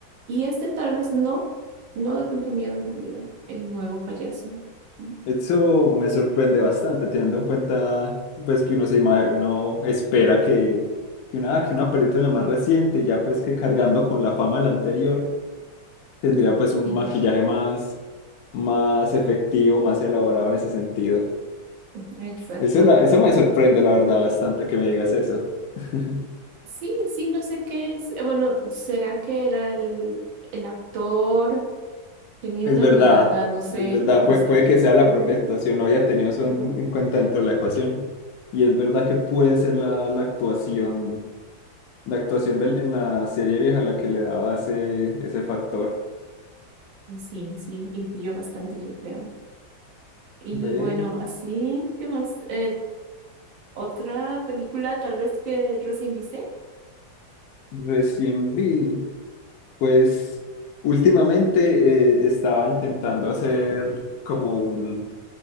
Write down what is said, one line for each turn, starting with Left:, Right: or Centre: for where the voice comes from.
Right: Y este tal vez no, no da tanto miedo en realidad, el nuevo payaso. Mm,
Left: Eso me sorprende bastante, teniendo en cuenta pues que uno se ima- uno espera que, que una, que una película más reciente, ya pues que cargando con la fama de la anterior, tendría pues un
Right: Sí,
Left: maquillaje más, más efectivo, más elaborado en ese sentido.
Right: <laughs> exacto.
Left: Eso, la- eso me sorprende, la verdad, bastante que me digas eso. <laughs>
Right: Sí, sí, no sé qué es. eh, Bueno, ¿será que era el, el actor? Tenía
Left: Es
Right: una
Left: verdad,
Right: mirada, no sé,
Left: es verdad,
Right: no
Left: Pue-
Right: sé.
Left: puede que sea la
Right: Ujú,
Left: propia actuación, no había tenido eso
Right: ujú.
Left: en, en cuenta dentro de la ecuación. Y es verdad que puede ser la, la actuación, la actuación del, en la serie vieja la que le daba ese, ese factor.
Right: Y Sí, sí, influyó bastante, yo creo. Y
Left: Ve,
Right: bueno, así, ¿qué más? Eh, ¿otra película tal vez que recién viste?
Left: recién vi, pues últimamente eh, estaba intentando hacer como un,